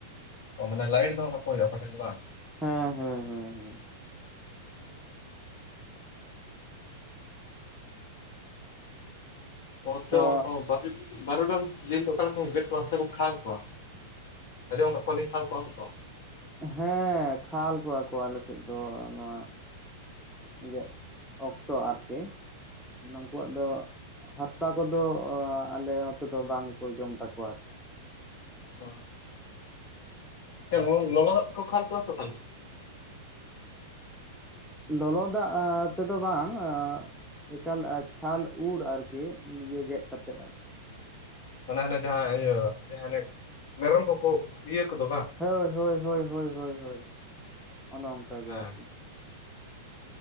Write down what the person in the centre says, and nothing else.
ᱦᱮᱸ ᱦᱮᱸ ᱦᱮᱸ ᱦᱮᱸ᱾
ᱛᱚ
ᱦᱮᱸ ᱠᱷᱟᱞ ᱠᱚᱣᱟ ᱠᱚ ᱟᱞᱮ ᱥᱮᱫ ᱫᱚ ᱱᱚᱣᱟ ᱤᱭᱟᱹ ᱚᱠᱛᱚ ᱟᱨᱠᱤ ᱱᱩᱠᱩᱣᱟᱜ ᱫᱚ ᱦᱟᱨᱛᱟ ᱠᱚᱫᱚ ᱟᱞᱮ ᱱᱚᱛᱮ ᱫᱚ ᱵᱟᱝᱠᱚ ᱡᱚᱢ ᱛᱟᱠᱚᱣᱟ ᱟᱨ
ᱞᱚᱞᱚ ᱫᱟᱜ ᱮ ᱛᱮᱫᱚ ᱵᱟᱝ ᱮ ᱮᱠᱟᱞ ᱪᱷᱟᱞ ᱩᱨ ᱟᱨᱠᱤ ᱱᱤᱭᱟᱹ ᱜᱮᱫ ᱠᱟᱛᱮᱜ ᱟᱨᱠᱤ᱾
ᱦᱳᱭ ᱦᱳᱭ ᱦᱳᱭ ᱦᱳᱭ ᱦᱳᱭ ᱦᱳᱭ ᱚᱱᱮ ᱚᱱᱠᱟ ᱜᱮ
ᱟᱨᱠᱤ,